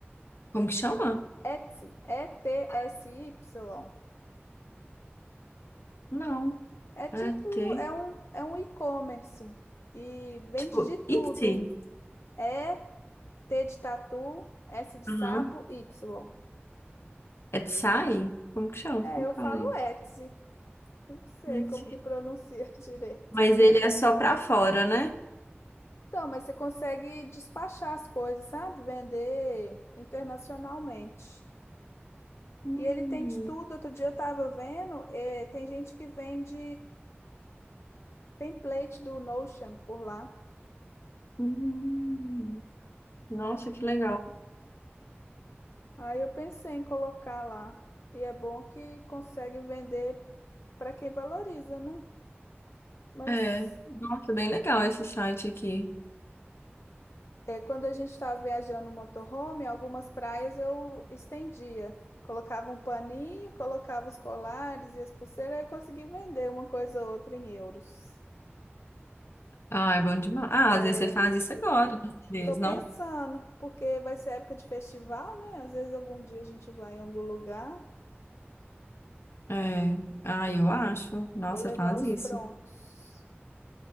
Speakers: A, on the left (about 70°); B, on the left (about 85°).
A: Como que chama?
B: Etsy, E-T-S-Y.
A: Não.
B: É tipo,
A: É T.
B: é um, é um e-commerce e vende
A: Tipo,
B: de tudo.
A: Etsy.
B: É T de tatu, S de sapo,
A: Aham.
B: Y.
A: Etsy? Como que chama?
B: É,
A: Como
B: eu
A: que
B: falo
A: eu falei?
B: Etsy. Eu não sei
A: Etsy.
B: como que pronuncia <laughs> direito.
A: Mas ele é só para fora, né?
B: Então, mas você consegue despachar as coisas, sabe? Vender internacionalmente.
A: Hum,
B: E ele tem de tudo. Outro dia eu estava vendo, eh, tem gente que vende template do Notion por lá,
A: hum.
B: né?
A: Nossa, que legal.
B: Aí eu pensei em colocar lá. E é bom que consegue vender para quem valoriza, né? Mas
A: É, nossa, bem legal esse site aqui.
B: é, quando a gente estava viajando no motorhome, algumas praias eu estendia. Colocava um paninho, colocava os colares e as pulseiras, aí eu consegui vender uma coisa ou outra em euros.
A: Ah, é bom demais. Ah,
B: É,
A: às vezes você faz isso agora, né, às vezes,
B: tô pensando,
A: não?
B: porque vai ser época de festival, né? Às vezes algum dia a gente vai em algum lugar,
A: É. Ah, eu acho. Nossa,
B: vou levar
A: faz
B: os
A: isso.
B: prontos.